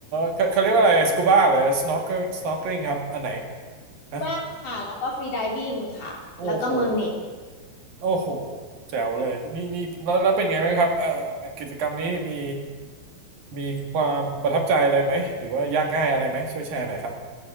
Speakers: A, on the right (about 60°); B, on the left (about 50°).
A: เขาเขาเรียกว่าอะไรสกูบ้าหรือสโนว์สโนว์ลิงครับอันไหนฮะ
B: ว่างค่ะแล้วก็ฟรีไดวิ่งค่ะแล้วก็เมอร์เมด
A: โอ้โหโอ้โหแจ๋วเลยนี่นี่แล้วแล้วเป็นไงไหมครับเอ่อกิจกรรมนี้มีมีความประทับใจอะไรไหมหรือว่ายากง่ายอะไรไหมช่วยแชร์หน่อยครับ